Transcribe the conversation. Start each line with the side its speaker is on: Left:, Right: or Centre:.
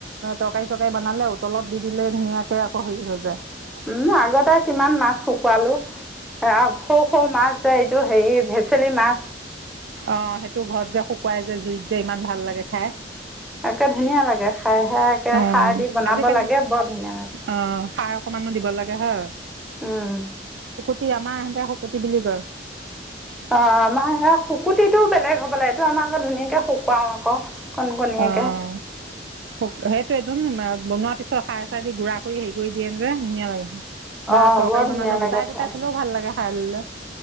Right: তৰকাৰী চৰকাৰী বনালে উতলত দি দিলে ধুনীয়াকে আকৌ হেৰি হৈ যায় ।
Centre: উম আগতে কিমান মাছ শুকুৱালো সৰু সৰু মাছ যে এইটো হেৰি ভেচেলি মাছ ।
Right: অ সেইটো ঘৰত যে শুকুৱাই যে জুইত যে ইমান ভাল লাগে খাই
Centre: তাকে ধুনীয়া লাগে খাই সে একে
Right: অ
Centre: খাৰ দি বনাব
Right: আজিকালি
Centre: লাগে বৰ ধুনীয়া লাগে
Right: অ সাৰ অকমানো দিব লাগে হয়
Centre: উম ।
Right: আমাৰ এহেতে শুকতি বুলি কয় ।
Centre: অ আমাৰ সেয়াত শুকুতিটো বেলেগ হব লাগে এইটো আমাৰ আকৌ ধুনীয়াকে শুকুৱাও আকৌ কণ কণীয়াকে
Right: অ সেইটোৱে বনোৱাৰ পিছত খাৰ চাৰ দি গুৰা কৰি হেৰি কৰি দিয়ে যে ধুনীয়া লাগে ।
Centre: অ',
Right: বা তৰকাৰী
Centre: বৰ ধুনীয়া
Right: বনালেও
Centre: লাগে
Right: গোটাই
Centre: খাই।
Right: গোটাই থলেও ভাল লাগে খালে